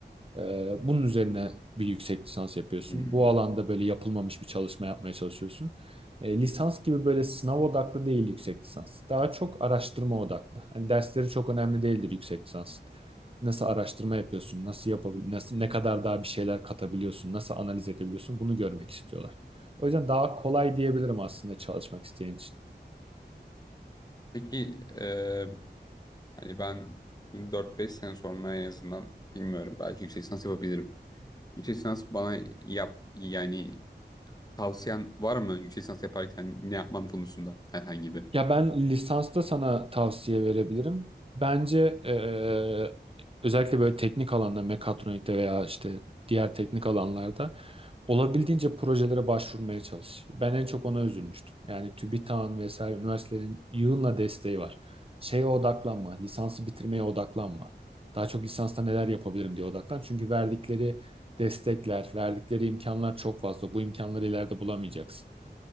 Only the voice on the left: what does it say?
Hmm.
Peki e, hani ben 4-5 sene sonra en azından bilmiyorum belki yüksek lisans yapabilirim. Yüksek lisans bana yap yani tavsiyen var mı yüksek lisans yaparken ne yapmam konusunda herhangi bir?